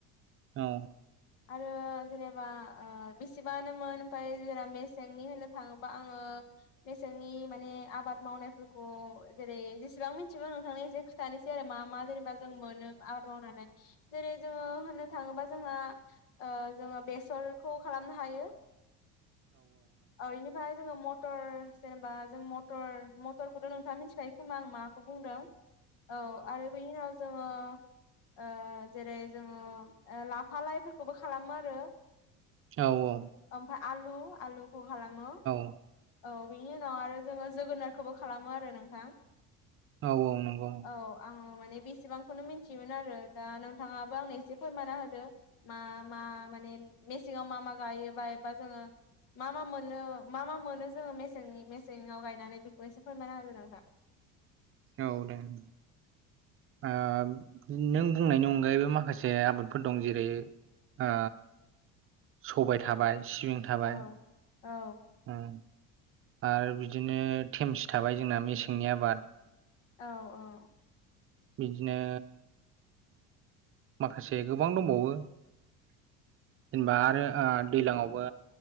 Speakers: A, on the right; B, on the left.
A: औ
B: आरो जेनेबा ओ बेसेबानोमोन ओमफाय जा मेसेंनि होनो थाङोबा आङो <unintelligible> मेसेंनि माने आबाद मावनायफोरखौ जेरै जसेबां मि <unintelligible> बो नोंथांनि एसे खिथानोसै आरो मा मा जेनेबा जों मोनो आबाद मावनानै जेरै जोङो होननो थाङोबा जोंहा ओ जोङो बेसरखौ खालामनो हायो ओ इनिफाय जोङो मटर जेनेबा जों मटर मटरखौथ' नोंथाङा मिथिखायो खोमा आं माखौ बुंदों औ आरो बैनि उनाव जोङो ओ जेरै जोङो ओ लाफा लाइफोरखौबो खालामो आरो
A: औ औ
B: ओमफ्राय आलु आलुखौ खालामो
A: औ
B: औ बिनि उनाव आरो जोङो जोगोनारखोबो खालामो आरो नोंथां
A: औ औ नंगौ
B: औ आङो माने बेसेबांखौनो मिनथियोमोन आरो दा नोंथाङाबो आंनो एसे फोरमानना होदो मा मा माने मेसेंङाव मा मा गायो बा एबा जोङो मा मा मोननो मा मा मोनो जोङो मेसेंनि मेसेंआव गायनानै बेखौ एसे फोरमायना होदो नोंथा
A: औ दों ओ <unintelligible> नों बुंनायनि अनगायैबो माखासे आबादफोर दं जेरै ओ सबाय थाबाय सिबिं थाबाय
B: औ औ
A: उम आरो बिदिनो थेमसि थाबाय जोंना मेसेंनि आबाद
B: औ औ
A: बिदिनो माखासे गोबां दंबावो जेनेबा आरो ओ दैलांआवबो